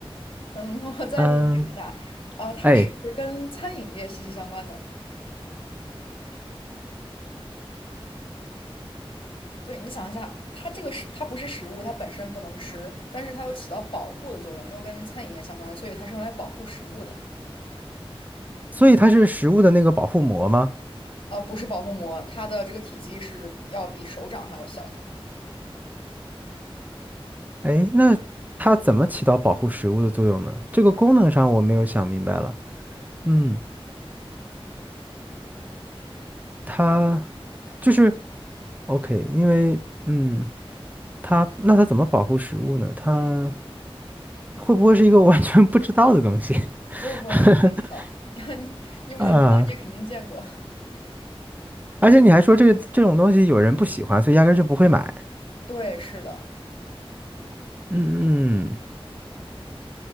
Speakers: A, on the left (about 60°); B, on the right (about 15°).
A: 嗯，<laughs> 那我再给你提示一下，
B: 嗯，
A: 啊，它是跟餐饮业息息相关的。
B: 哎，
A: 对，你想一下，它这个是它不是食物，它本身不能吃，但是它又起到保护的作用，又跟餐饮业相关，所以它是用来保护食物的。
B: 所以它是食物的那个保护膜吗？
A: 呃，不是保护膜，它的这个体积是要比手掌还要小的。
B: 哎，那它怎么起到保护食物的作用呢？这个功能上我没有想明白了。嗯，它就是 OK，因为嗯，它那它怎么保护食物呢？它会不会是一个 <laughs> 我完全不知道的东西
A: 不不不，
B: <laughs>
A: 你肯定知道，<laughs> 你你不仅知道，
B: 啊？
A: 你也肯定见过。
B: 而且你还说这这种东西有人不喜欢，所以压根儿就不会买。
A: 对，是的，
B: 嗯嗯